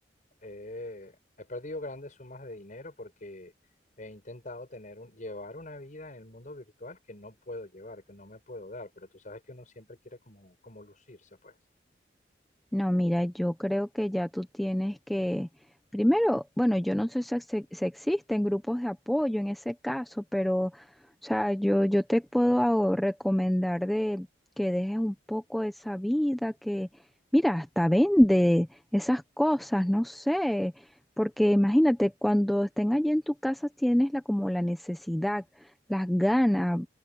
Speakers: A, on the left; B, in the centre.
A: eh, he perdido grandes sumas de dinero porque he intentado tener un, llevar una vida en el mundo virtual que no puedo llevar, que no me puedo dar, pero tú sabes que uno siempre quiere como, como lucirse, pues.
B: No, mira, yo creo que ya tú tienes que, primero, bueno, yo no sé si, ex- si existen grupos de apoyo en ese caso, pero, o sea, yo, yo te puedo ah, recomendar de que dejes un poco esa vida, que, mira, hasta vende esas cosas, no sé, porque imagínate, cuando estén allí en tu casa tienes la, como la necesidad, las ganas,